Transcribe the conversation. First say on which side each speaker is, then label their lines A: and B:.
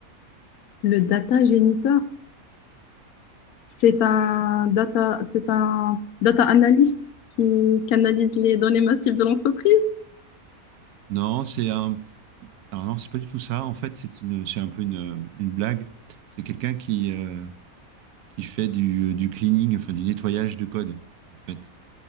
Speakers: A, on the left (about 80°); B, on the right (about 80°).
A: Le data géniteur, c'est un data, c'est un data analyst qui canalise les données massives de l'entreprise.
B: Non, c'est un. Alors non, c'est pas du tout ça. En fait, c'est une, c'est un peu une, euh, une blague. C'est quelqu'un qui, euh, qui fait du, euh, du cleaning, enfin du nettoyage de code, en fait.